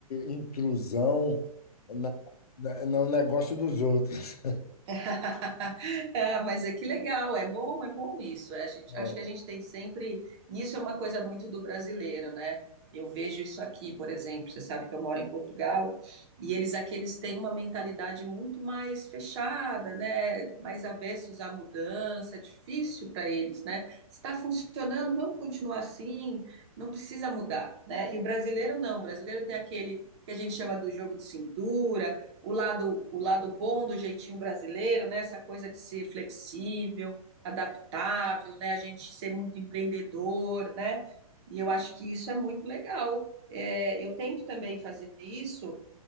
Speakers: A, on the left; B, on the right.
A: intrusão na, na, no negócio dos outros.
B: <laughs> É, mas é que legal, é bom, é bom isso. É, a gente-
A: <laughs>
B: acho que a gente tem sempre. e Isso é uma coisa muito do brasileiro, né? Eu vejo isso aqui, por exemplo. Você sabe que eu moro em Portugal e eles aqui eles têm uma mentalidade muito mais fechada, né? Mais avessos à mudança. É difícil para eles, né? Está funcionando, vamos continuar assim. Não precisa mudar, né? E o brasileiro não. O brasileiro tem aquele que a gente chama do jogo de cintura o lado, o lado bom do jeitinho brasileiro, né? Essa coisa de ser flexível, adaptável, né? A gente ser muito empreendedor, né? E eu acho que isso é muito legal. É, eu tento também fazer isso